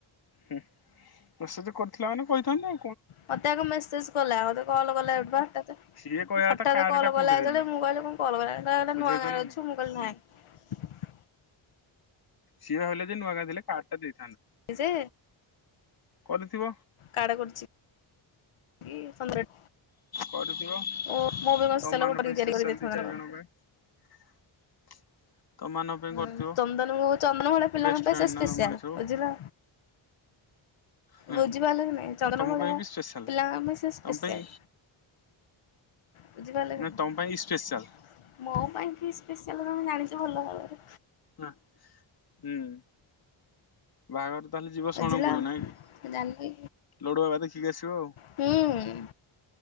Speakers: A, on the left; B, on the left.
A: ହୁଁ ମେସେଜ୍ କରିଥିଲା ମାନେ କହିଥାନ୍ତ।
B: ମତେ ଆଗ ମେସେଜ କଲା ମତେ କଲ୍ କଲା ଏବା ହଠାତ୍
A: ସିଏ କହିବା
B: ହଠାତ୍
A: କଥା କାର୍ଡ
B: କଲ୍
A: ଟା କୋଉଠି
B: କଲା ଯେତେବେଳେ
A: ଦେବି
B: ମୁଁ ମୁଁ କହିଲି କଣ କଲ କଲାଣି କହିଲା ଏନେ
A: ବୁଝିପାରୁଛ
B: ନୂଆଗାଁ
A: ନା
B: ଅଛୁ
A: ନାଇଁ
B: ମୁଁ କହିଲି
A: ସିଏ
B: ନାଇଁ।
A: ସିଏ ଭାବିଲେ ଯେ ନୂଆଗାଁ ରେ ଥିଲେ କାର୍ଡ ଟା ଦେଇ
B: ଯେ
A: କରିଥିବ
B: କାର୍ଡ କରିଚି। <unintelligible>
A: କରିଥିବ
B: ଓ ମୋ ପାଇଁ କଣ ସ୍ପେଶାଲ
A: ତମ ମାନଙ୍କ
B: ଗୋଟେ କରିକି
A: ପାଇଁ
B: ତିଆରି
A: ସ୍ପେଶଆଲ
B: କରି ଦେଇଥାନ୍ତା
A: ଦି ଚାରି
B: ନା କଣ।
A: ଜଣ ପାଇଁ। ତମମାନଙ୍କ ପାଇଁ
B: ହୁଁ
A: କରିଥିବ
B: ଚନ୍ଦନ ମୁଁ ଚନ୍ଦନ ଭଳିଆ ପିଲାଙ୍କ
A: ବେଷ୍ଟ
B: ପାଇଁ
A: ଫ୍ରେଣ୍ଡ
B: ସେ ସ୍ପେଶଆଲ
A: ନା ତମମାନେ ସବୁ
B: ବୁଝିଲ
A: ହଁ
B: ବୁଝିପାରିଲେ କି ନାଇଁ ଚନ୍ଦନ
A: ତମ
B: ଭଳିଆ
A: ପାଇଁ ବି ସ୍ପେଶାଲ।
B: ପିଲାଙ୍କ ପାଇଁ ସ୍ପେସାଲ୍
A: ତମ ପାଇଁ
B: ବୁଝି ପାରିଲ କି
A: ନା
B: ନାଇଁ
A: ତମ ପାଇଁ ସ୍ପେଶାଲ
B: ମୋ ପାଇଁ କି ସ୍ପେସାଲ୍ ତମେ ଜାଣିଚ ତେ ଭଲ ଭାବରେ
A: ହଁ ହୁଁ ବାହାଘର ତାହେଲେ ଯିବ
B: ବୁଝିଲ
A: ଶରଣକୁଳ ନାଇଁ କି
B: ଜାଣିଲି
A: ଲଡୁବାବା ଦେଖିକି ଆସିବ ଆଉ
B: ହୁଁ ହୁଁ